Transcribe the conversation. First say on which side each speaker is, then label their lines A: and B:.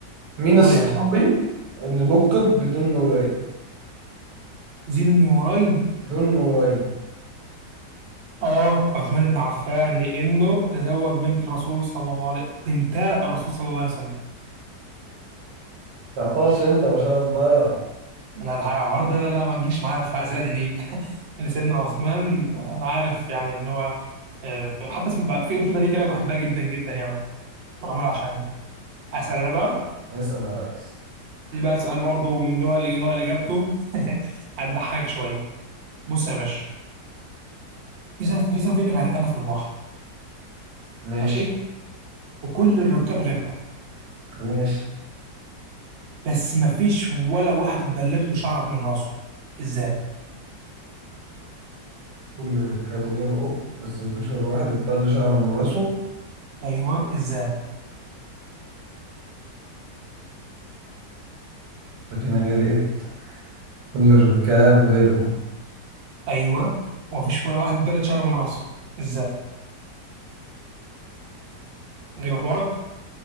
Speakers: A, on the right; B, on the right.
A: مين
B: قول
A: الصحابي
B: يا باشا
A: اللي لقب بدون نورين
B: ذي النورين
A: دون نورين
B: اه عثمان بن عفان لانه تزوج بنت الرسول صلى الله عليه بنتا الرسول صلى الله عليه وسلم
A: تعطلش انت ما شاء الله
B: انا الحوار ده لا لا ما تجيش معايا في اسئله دينيه <laughs> لان سيدنا عثمان انا عارف يعني ان هو آه، حتى اسم بقى في انفلونزا ليه كده بحبها جدا جدا يعني معمول عشان اسال انا بقى
A: اسال يا ريس
B: دي بقى سؤال برضه من نوع نوع اللي اجابته <laughs> هتضحكك شويه بص يا باشا في سف... في سفينه غرقانه في البحر
A: ماشي
B: ماشي وكل الركاب غرقوا
A: ماشي
B: بس ما فيش ولا واحد اتبلت له شعره من راسه ازاي
A: كل الركاب غيره بس مفيش ولا واحد اتبل شعره من راسه
B: ايوه ازاي
A: ده فينا غير ايه كل الركاب غيره
B: ايوه وما فيش ولا واحد اتبلت شعره من راسه ازاي غير حوارك